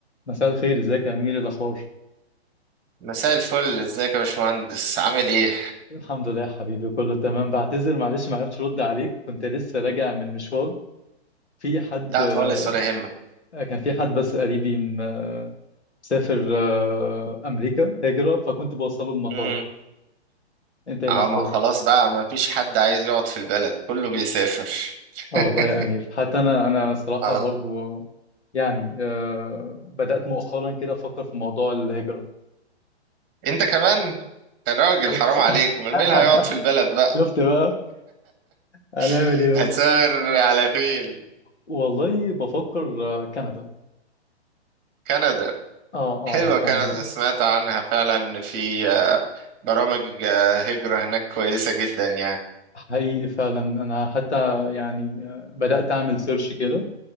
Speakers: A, on the left; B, on the right.
A: مساء الخير ازيك يا امير إيه الاخبار
B: مساء الفل ازيك يا باشمهندس عامل ايه
A: الحمد لله يا حبيبي كله تمام بعتذر معلش ما عرفتش ارد عليك كنت لسه راجع من مشوار في حد
B: لا
A: آه،
B: خالص ولا يهمك
A: كان في حد بس قريبي م- آه، مسافر آه، امريكا هجرة فكنت بوصله المطار
B: امم
A: انت ايه
B: اه
A: الاخبار
B: ما خلاص بقى ما فيش حد عايز يقعد في البلد كله بيسافر
A: اه
B: <laughs>
A: والله يا امير حتى انا انا صراحة
B: اه
A: برضو يعني آه، بدأت مؤخرا كده افكر في موضوع الهجرة
B: انت كمان يا راجل
A: شفت
B: حرام عليك امال
A: <laughs>
B: مين اللي هيقعد في البلد بقى
A: شفت بقى هنعمل
B: <laughs>
A: ايه
B: هتسافر
A: بس
B: على فين
A: والله بفكر آه، كندا
B: كندا
A: اه اه
B: حلوة كندا
A: كندا
B: سمعت عنها فعلا ان في آه، برامج آه، هجرة هناك كويسة جدا يعني
A: حقيقي فعلا انا حتى يعني بدأت اعمل سيرش كده